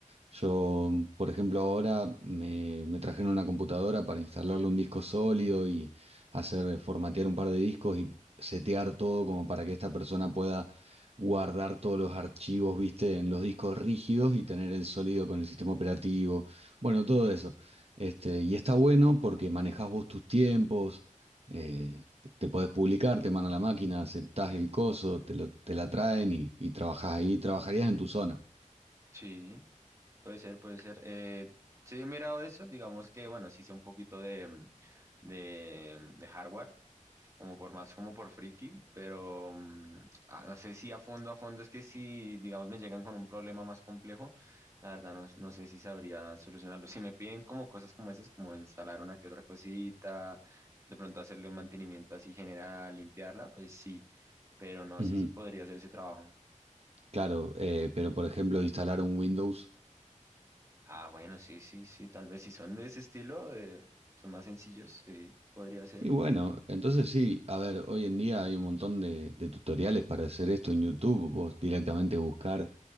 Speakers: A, on the right; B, on the right.
A: Yo, por ejemplo, ahora me, me trajeron una computadora para instalarle un disco sólido y hacer formatear un par de discos y setear todo como para que esta persona pueda guardar todos los archivos, viste, en los discos rígidos y tener el sólido con el sistema operativo. Bueno, todo eso. Este, y está bueno porque manejás vos tus tiempos, eh, te podés publicar, te mandan la máquina, aceptás el coso, te lo, te la traen y, y trabajás ahí, trabajarías en tu zona.
B: Sí, puede ser, puede ser. Eh, sí, he mirado eso, digamos que, bueno, sí sé un poquito de, mm, de, mm, de hardware, como por más, como por friki, pero mm, ah, no sé si a fondo, a fondo, es que si, digamos, me llegan con un problema más complejo, la verdad no, no sé si sabría solucionarlo. Si me piden como cosas como esas, como instalar una que otra cosita, de pronto hacerle un mantenimiento así general, limpiarla, pues sí, pero no
A: Ujú,
B: sé si podría hacer ese trabajo.
A: Claro, eh, pero por ejemplo, instalar un Windows.
B: Ah, bueno, sí, sí, sí, tal vez si son de ese estilo, eh, son más sencillos, eh, podría ser.
A: Y bueno, entonces sí, a ver, hoy en día hay un montón de, de tutoriales para hacer esto en YouTube. Vos directamente buscar,